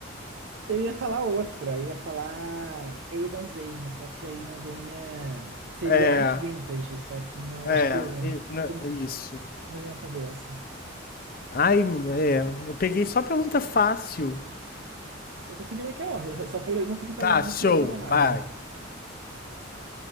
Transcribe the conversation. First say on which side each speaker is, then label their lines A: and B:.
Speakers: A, on the right; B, on the left.
A: Eu ia falar outra, eu ia falar Aidan Zane, só que a Aidan Zane é- seria
B: É,
A: mais vintage, só que não,
B: é,
A: acho que eu,
B: e- né,
A: eu
B: é isso.
A: não ia fazer essa.
B: Ai, é, eu peguei só pergunta fácil.
A: Eu tô seguindo aqui a ordem, eu só pulei uma porque tava
B: Tá,
A: muito,
B: show,
A: eu tava errada.
B: vai.